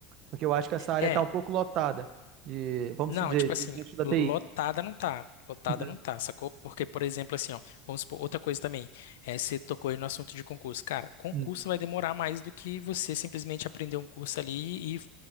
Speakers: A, on the right; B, on the left.
A: Porque eu acho que essa área
B: é
A: está um pouco lotada de, vamos
B: Não,
A: dizer,
B: tipo
A: de
B: assim,
A: gente da
B: lotada
A: TI.
B: não tá. Lotada
A: Uhum,
B: não tá, sacou? Porque, por exemplo, assim, ó, vamos supor, outra coisa também, é, você tocou aí no assunto de concurso. Cara, concurso
A: uhum,
B: vai demorar mais do que você simplesmente aprender um curso ali e